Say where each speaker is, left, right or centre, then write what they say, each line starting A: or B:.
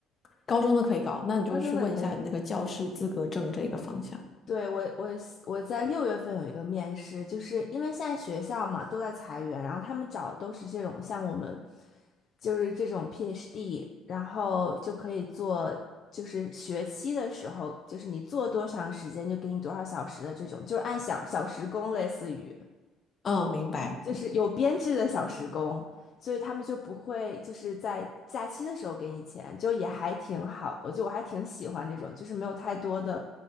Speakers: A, on the left (about 35°); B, on the left (about 50°).
A: 高中的可以搞，那你就去问一下那个教师资格证这个方向。
B: 高中的可以。对，我，我我在六月份有一个面试，就是因为现在学校嘛都在裁员，然后他们找的都是这种像我们，就是这种 PhD，然后就可以做，就是学期的时候，就是你做多长时间就给你多少小时的这种，就是按小小时工类似于。
A: 嗯，明白。
B: 就是有编制的小时工，所以他们就不会就是在假期的时候给你钱，就也还挺好的。我觉我还挺喜欢这种，就是没有太多的，